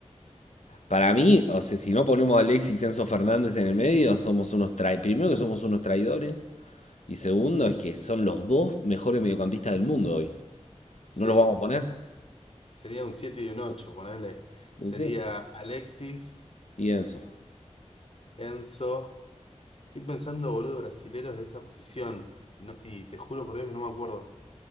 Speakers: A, on the left; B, on the left.
A: Para mí, o sea, si no ponemos a Alexis y Enzo Fernández en el medio, somos unos traidores. Primero que somos unos traidores. Y segundo, es que son los dos mejores mediocampistas del mundo hoy.
B: sí,
A: ¿No los vamos a poner?
B: sería un 7 y un 8 ponele. Sería
A: sí.
B: Alexis,
A: Y Enzo.
B: Enzo. Estoy pensando, boludo, brasileros de esa posición. No, y te juro por Dios que no me acuerdo.